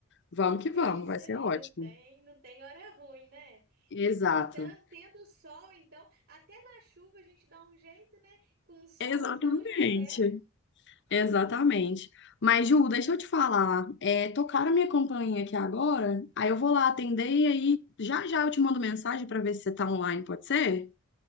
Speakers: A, on the left (about 50°); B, on the right (about 60°).
A: Vamos que
B: É
A: vamos,
B: isso
A: vai ser
B: aí,
A: ótimo.
B: não tem, não tem hora ruim, né?
A: Exato.
B: Tan- Tendo sol, então, até na chuva a gente dá um jeito, né? Com o sol,
A: Exatamente.
B: então, já era.
A: Exatamente. Mas, Ju, deixa eu te falar. É, tocaram a minha campainha aqui agora, aí eu vou lá atender e aí já já eu te mando mensagem para ver se você tá online, pode ser?